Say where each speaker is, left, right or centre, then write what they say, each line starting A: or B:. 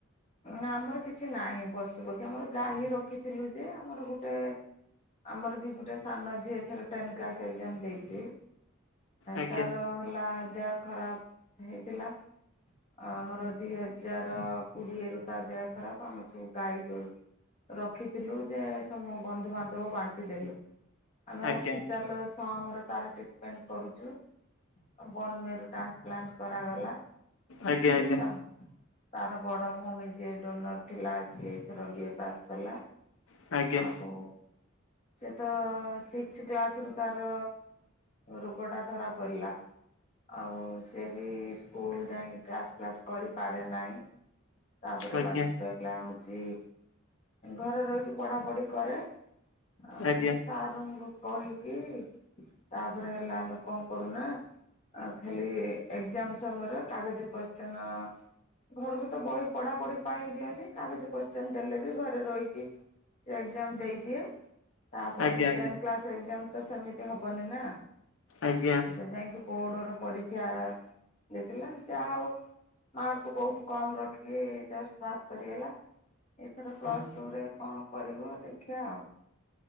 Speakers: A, on the left; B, on the left.
A: ନା ଆମର କିଛି ନାହିଁ ପଶୁପକ୍ଷୀ ଆମର ଗାଈ ରଖିଥିଲୁ ଯେ ଆମର ଗୁଟେ। ଆମର ବି ଗୋଟେ ସାନ ଝିଅ ଏଥର ଟେନ କ୍ଲାସ ଏକ୍ଜାମ ଦେଇଚି।
B: ଆଜ୍ଞା
A: ତାର ହେଲା ଦେହ ଖରାପ ହେଇଥିଲା ଆମର। ଦିଇ ହଜାର କୁଡିଏ ରୁ ତା ଦେହ ଖରାପ ଆମର ସବୁ ଗାଈଗୋରୁ। ରଖିଥିଲୁ ଯେ ସମୁ ବନ୍ଧୁବାନ୍ଧବ ବାଣ୍ଟି ଦେଲୁ। ଆମେ
B: ଆଜ୍ଞା
A: ହସ୍ପିଟାଲର ସମ ର ତାର ଟ୍ରିଟମେଣ୍ଟ କରୁଚୁ। ବନମେରୁ ଟ୍ରାନ୍ସପ୍ଲାଣ୍ଟ କରାଗଲା।
B: ଆଜ୍ଞା ଆଜ୍ଞା
A: ତ ତାର ବଡ ଭଉଣୀ ଯିଏ ଡୋନର ଥିଲା ସିଏ ଏଥର ବିଏ ପାସ୍ କଲା।।
B: ଆଜ୍ଞା
A: ଆଉ ସିଏତ ସିକ୍ସି କ୍ଲାସରୁ। ତାର ରୋଗଟା ଧରାପଡ଼ିଲା। ଆଉ ସେ ବି ସ୍କୁଲ ଯାଇଁକି କ୍ଲାସ୍ ଫ୍ଲାସ୍। କରିପାରେ ନାଇଁ ତାପରେ
B: ଆଜ୍ଞା। ଆଜ୍ଞା
A: ବାକି ର ଲା ହଉଛି ଘରେ ରହିକି ପଢ଼ାପଢ଼ି କରେ। ଆଉ
B: ଆଜ୍ଞା
A: ସାରଙ୍କୁ କହିକି ତାପରେ ହେଲା ଆମେ କଣ କରୁନା ଆଉ ଖାଲି ଏକ୍ଜାମ ସମୟରେ କାଗଜ କୋସ୍ଚିନ ଘରକୁ ତ ବହି ପଢ଼ାପଢ଼ି ପାଇଁ ଦିଅନ୍ତି କାଗଜ କୋସ୍ଚିନ୍ ଦେଲେ ବି ଘରେ ରହିକି ଏଗ୍ଜାମ ଦେଇଦିଏ ତାପରେ
B: ଆଜ୍ଞା
A: ଟେନ୍ କ୍ଲାସ ଏକ୍ଜାମ ତ ସେମିତି ହବନି ନା!
B: ଆଜ୍ଞା।
A: ସେପାଇଁକି ବୋର୍ଡ଼ ର ପରୀକ୍ଷା ଦେଇଥିଲା ଯା ହୋଉ ମାର୍କ ବହୁତ କମ ରଖିକି ଜଷ୍ଟ ପାସ୍ କରିଗଲା। ଏଇଥର ପ୍ଲସ୍
B: ଆଜ୍ଞା
A: ଟୁ ରେ କଣ କରିବ ଦେଖିବା ଆଉ।